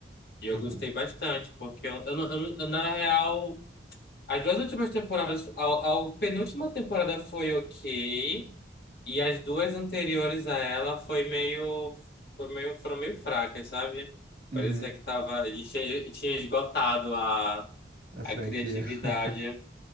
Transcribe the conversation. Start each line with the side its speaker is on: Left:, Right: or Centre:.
Left: E eu
Right: Uhum.
Left: gostei bastante, porque eu, eu, não- eu não- eu, na real. As duas últimas temporadas, a, a penúltima temporada foi ok, e as duas anteriores a ela foi meio, foi meio, foram meio fracas, sabe?
Right: Uhum.
Left: Parecia que tava, e tinha, tinha esgotado a,
Right: A franquia.
Left: a criatividade.
Right: <laughs>